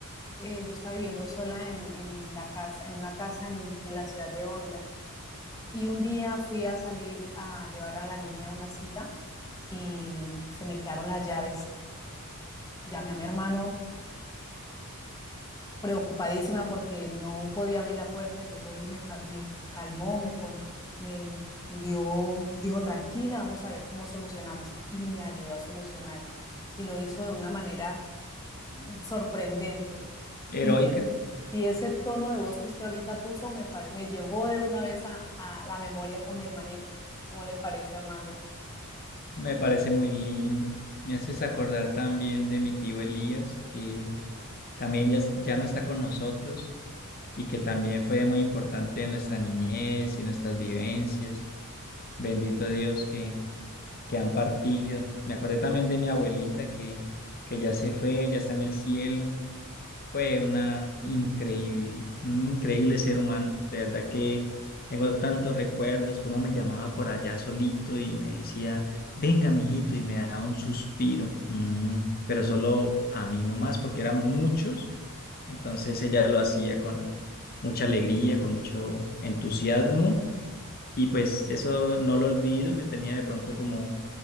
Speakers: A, on the left (about 15°); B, on the left (about 40°).
A: eh, yo estaba viviendo sola en, en la casa, en una casa en, en la ciudad de Honda. Y un día fui a salir a llevar a la niña a una cita y se me quedaron las llaves. Llamé a mi hermano preocupadísima porque no podía abrir la puerta. Llegó él y me, cal- me calmó, me, con- me dio, dijo, tranquila, vamos a ver cómo solucionamos. Y me ayudó a solucionar. Y lo hizo de una manera sorprendente.
B: Heroica,
A: Y, es- y ese tono de voz que usted ahorita puso me, pare- me llevó de una vez a, a la memoria con mi hermanito. ¿Cómo le parece, Armando?
B: me parece muy lindo. Me haces acordar también de mi tío Elías, que también ya, es- ya no está con nosotros y que también fue muy importante en nuestra niñez y nuestras vivencias. Bendito Dios que, que han partido. Me acordé también de mi abuelita que, que ya se fue, ya está en el cielo. Fue una increíble, un increíble ser humano. De verdad que tengo tantos recuerdos, cómo me llamaba por allá solito y me decía, venga, mijito, y me daba un suspiro. Mm, pero solo a mí nomás, porque eran muchos. Entonces ella lo hacía con mucha alegría, con mucho entusiasmo. Y pues eso no lo olvido, me tenía de pronto como